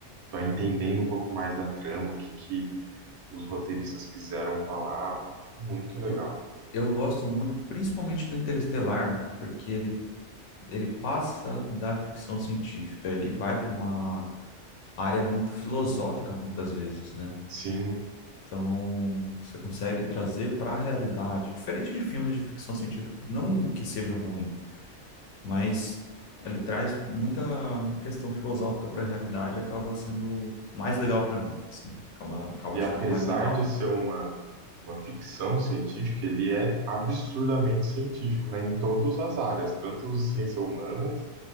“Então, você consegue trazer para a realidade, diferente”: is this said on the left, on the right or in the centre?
Left